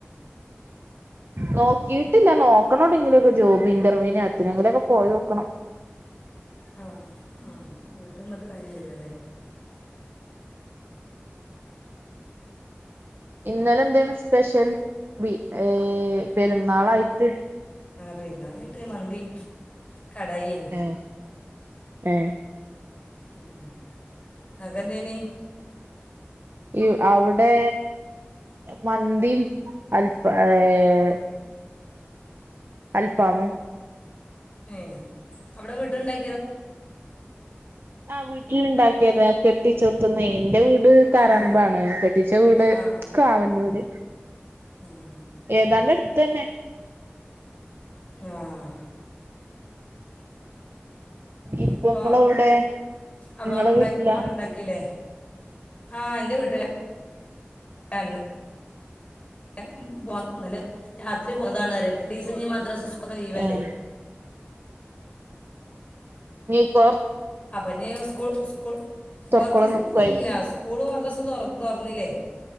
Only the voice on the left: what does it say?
ആ ആ വീട്ടിൽ നിന്നിട്ട് കാര്യമില്ലല്ലോ അല്ലേ
പെര്ന്നാളായിട്ട് മന്തി. കടായി എനി.
ഉം ഇങ്ങക്കെന്തേനി?
ഏഹ് അവിടെ വീട്ടിണ്ടാ
ആ
ആ
ഉം.
ആഹ്
അപ്പോൾ
അപ്പോൾ
അവിടെ ഉണ്ടായി
അവിടെ ഉണ്ടാക്കിയില്ലേ ആ എന്റെ വീട്ടില <unintelligible> <unintelligible> ഇന്നലെ രാത്രി പോയതാണ് പറയാ രണ്ടീസം ഇനി മദ്രസ, സ്കൂൾ ഒക്കെ ലീവല്ലേ?
അപ്പം ഇനി സ്കൂ സ്കൂൾ
കുറച്ച് ദിവസം
നിക്കൊന്നുമില്ല സ്കൂളും മദ്രസും തുറന്നില്ലേ.